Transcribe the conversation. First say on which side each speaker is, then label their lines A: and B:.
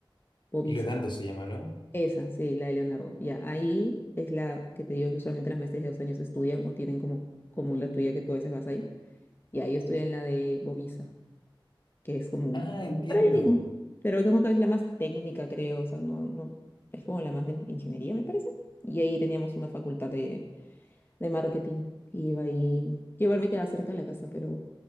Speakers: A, on the left (about 25°); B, on the left (about 65°).
A: Bovisa,
B: Leonardo, se llama, ¿no?
A: esa, sí, la de Leonardo. Ya, ahí es la que te digo que usualmente las maestrías de dos años estudian o tienen como, como la tuya que tú a veces vas ahí. Y ahí estudié en la de Bovisa que es como un...
B: Ah, entiendo.
A: Por ahí mismo. Pero como que es la más técnica, creo. O sea, no, no- es como la más de ingeniería, me parece. Y ahí teníamos una facultad de, de marketing. Y iba ahí... Que igual me quedaba cerca de la casa, pero...